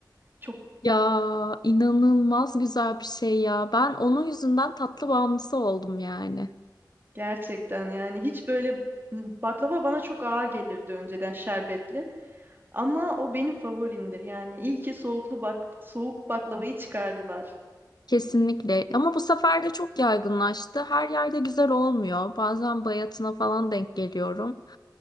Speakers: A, on the right (about 30°); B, on the left (about 60°).
A: Çok
B: Ya inanılmaz güzel bir şey ya. Ben onun yüzünden tatlı bağımlısı oldum yani.
A: gerçekten yani hiç böyle hmm, baklava bana çok ağır gelirdi önceden şerbetli. Ama o benim favorimdir yani. İyi ki soğuklu bak soğuk baklavayı çıkardılar.
B: Kesinlikle. Ama bu sefer de çok yaygınlaştı. Her yerde güzel olmuyor. Bazen bayatına falan denk geliyorum.